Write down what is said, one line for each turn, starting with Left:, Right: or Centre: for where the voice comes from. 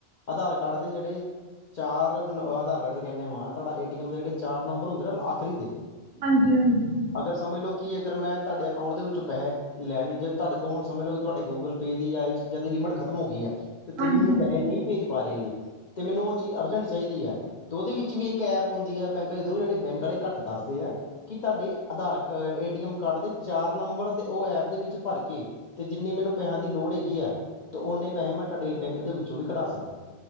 Left: ਆਧਾਰ। ਕਾਰਡ। ਦੇ। ਜਿਹੜੇ। ਚਾਰ। ਆਧਾਰ। ਕਾਰਡ। ਦੇ। ਕਹਿੰਦੇ। ਆ। ਵਾਂ। ਤੁਹਾਡਾ। ਏ। ਟੀਐੱਮ। ਦੇ। ਜਿਹੜੇ। ਚਾਰ। ਨੰਬਰ। ਹੁੰਦੇ। ਨਾ। ਆਖਰੀ। ਦੇ।
Right: ਹਾਂਜੀ। ਹਾਂਜੀ।
Left: ਅਗਰ ਸਮਝ ਲਓ ਕਿ ਅਗਰ ਮੈਂ ਤੁਹਾਡੇ ਅਕਾਊਂਟ ਦੇ ਵਿੱਚੋਂ ਪੈਸੇ ਲੈਣੇ ਜੇ ਤੁਹਾਡੇ ਕੋਲ ਹੁਣ ਸਮਝ ਲਓ ਤੁਹਾਡੇ ਗੂਗਲ ਪੇ ਦੀ ਜਾਂ ਇਹ ਚੀਜ਼ਾਂ ਦੀ ਲਿਮਟ ਖਤਮ ਹੋ ਗਈ ਆ। ਤੇ ਤੁਸੀਂ
Right: ਹਾਂਜੀ
Left: ਮੈਨੂੰ ਪੈਸੇ ਨਹੀਂ ਭੇਜ ਪਾ ਰਹੇ ਜੀ ਤੇ ਮੈਨੂੰ ਉਹ ਚੀਜ਼ ਅਰਜੈਂਟ ਚਾਹੀਦੀ ਹੈ। ਤੇ ਉਹਦੇ ਵਿੱਚ ਵੀ ਇੱਕ ਐਪ ਆੁੰਦੀ ਹੈ ਬੈਂਕ ਦੇ ਥਰ ਜਿਹੜੇ ਬੈਂਕ ਵਾਲੇ ਘੱਟ ਦੱਸਦੇ ਆ। ਕੀ ਤੁਹਾਡੇ ਆਧਾਰ ਏਟੀਐਮ ਕਾਰਡ ਦੇ ਚਾਰ ਨੰਬਰ ਦੇ ਉਹ ਐਪ ਦੇ ਵਿੱਚ ਭਰ ਤੇ ਜਿੰਨੀ ਮੈਨੂੰ ਪੈਸਾ ਦੀ ਲੋੜ ਹੈਗੀ ਹੈ। ਤੇ ਓਨੇ ਪੈਸੇ ਮੈਂ ਤੁਹਾਡੇ ਬੈਂਕ ਦੇ ਵਿੱਚੋਂ ਵੀ ਕਟਾ ਸਕਦਾ।